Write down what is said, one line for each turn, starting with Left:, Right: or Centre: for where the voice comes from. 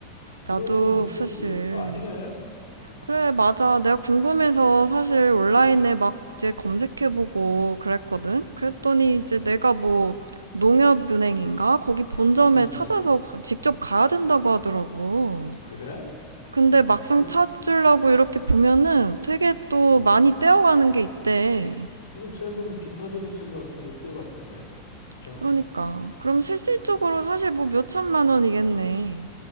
Left: 그러면
Right: 나도
Left: 그건
Right: 사실.
Left: 1억도 아니네? 어?
Right: 그래, 맞아. 내가 궁금해서 사실 온라인에
Left: 어.
Right: 막 이제 검색해보고 그랬거든?
Left: 음,
Right: 그랬더니
Left: 음,
Right: 이제 내가 뭐, 농협은행인가? 거기 본점에
Left: 음,
Right: 찾아서
Left: 음.
Right: 직접 가야 된다고 하더라고.
Left: 그래?
Right: 근데
Left: 어,
Right: 막상
Left: 그,
Right: 찾으려고 이렇게 보면은 되게
Left: 어.
Right: 또 많이 떼어가는 게 있대.
Left: 그럼 세금 기타 소득 생각 그거 뛰어갈 텐데. 엄청.
Right: 그러니까.
Left: 음,
Right: 그럼 실질적으로
Left: 어.
Right: 사실 뭐 몇천만 원이겠네.